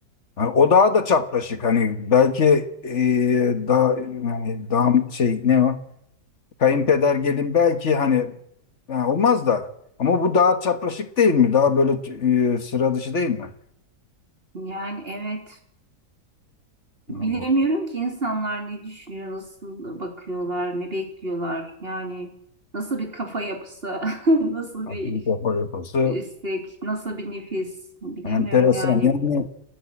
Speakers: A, on the left; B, on the right.
A: Yani o daha da çapraşık hani belki e, daha yani daha şey ne o kayınpeder gelin belki hani ha, olmaz da ama bu daha çapraşık değil mi? Daha böyle e, sıra dışı değil mi?
B: Yani evet.
A: Bu
B: Bilemiyorum ki insanlar ne düşünüyor, nasıl bakıyorlar, ne bekliyorlar. Yani nasıl bir kafa yapısı, <laughs> nasıl
A: Akili
B: bir
A: kafa yapısı
B: istek, nasıl bir nefis. Bilemiyorum
A: enteresan.
B: yani.
A: Yani